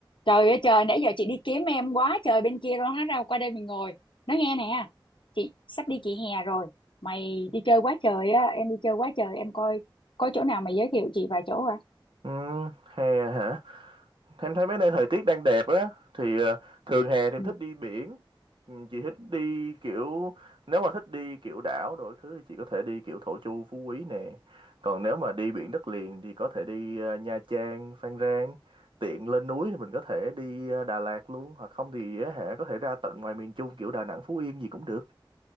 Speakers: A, on the left; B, on the right.
A: trời ơi trời nãy giờ chị đi kiếm em quá trời bên kia rồi hết đâu qua đây mình ngồi nói nghe nè chị sắp đi chị hè rồi mày đi chơi quá trời á em đi chơi quá trời em coi có chỗ nào mày giới thiệu chị vài chỗ à
B: Ừ, hè hả? Em thấy mấy nơi thời tiết đang đẹp á thì ờ, thường hè thì em
A: ừ.
B: thích đi biển. Ừ, Chị thích đi kiểu nếu mà thích đi kiểu đảo đổi thứ thì chị có thể đi kiểu Thổ Chu, Phú Quý nè. Còn nếu mà đi biển đất liền thì có thể đi ờ, Nha Trang, Phan Rang. Tiện lên núi thì mình có thể đi ờ, Đà Lạt luôn hoặc không thì á hả có thể ra tận ngoài miền Trung kiểu Đà Nẵng, Phú Yên gì cũng được.